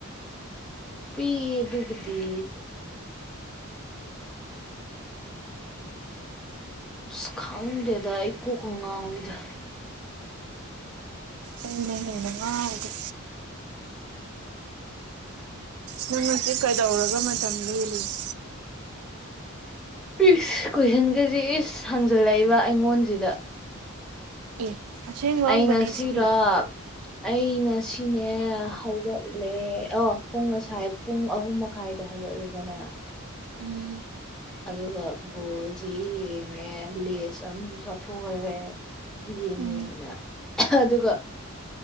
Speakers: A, in the centre; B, on the right.
A: ꯄꯤꯑ ꯗꯨꯕꯨꯗꯤ ꯑꯁ ꯈꯪꯗꯦꯗ ꯑꯩ ꯀꯣꯛꯀ ꯉꯥꯎꯏꯗ
B: ꯑꯩꯅ ꯍꯦꯅ ꯉꯥꯎꯈꯔꯦ <inaudible> <unintelligible> ꯀꯩꯗꯧꯔꯒ ꯃꯇꯝ ꯂꯦꯜꯂꯤ <inaudible>
A: ꯄꯤꯁ ꯀꯣꯏꯁꯟꯒꯁꯤ ꯏꯁ ꯍꯥꯡꯖꯜꯂꯛꯏꯕ ꯑꯩꯉꯣꯟꯁꯤꯗ
B: ꯑꯦ ꯑꯁꯦꯡ ꯍꯪꯡꯕꯅꯦ
A: ꯑꯩ ꯉꯁꯤꯔꯣ
B: ꯁꯤꯗꯤ
A: ꯑꯩ ꯉꯁꯤꯅꯦ ꯍꯧꯒꯠꯂꯦ ꯑꯣ ꯄꯨꯡ ꯉꯁꯥꯏ ꯄꯨꯡ ꯑꯍꯨꯝ ꯃꯈꯥꯏꯗ ꯍꯧꯒꯠꯂꯦꯗꯅ
B: ꯎꯝ
A: ꯑꯗꯨꯒ ꯕꯣꯜꯁꯤ ꯌꯦꯡꯉꯦ ꯂꯦꯁ ꯑꯃꯨꯛ ꯆꯥꯊꯣꯛꯈ꯭ꯔꯦ ꯌꯦꯡ
B: ꯎꯝ
A: ꯌꯦꯡꯅ ꯑꯗꯨꯒ